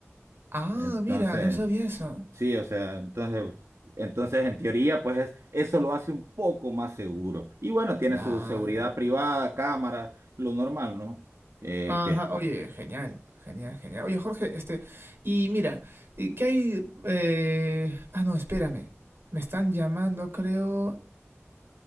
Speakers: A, on the right; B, on the right.
A: Ah,
B: Entonces,
A: mira, no sabía eso.
B: sí, o sea, entonces, entonces en teoría, pues es- eso lo hace un poco más seguro. Y bueno, tiene
A: Claro.
B: su seguridad privada, cámaras, lo normal, ¿no? Eh,
A: Ajá,
B: que,
A: oye, genial, genial, genial. Oye, Jorge, este, y mira, ¿y ¿qué hay? eh, Ah, no, espérame. Me están llamando, creo,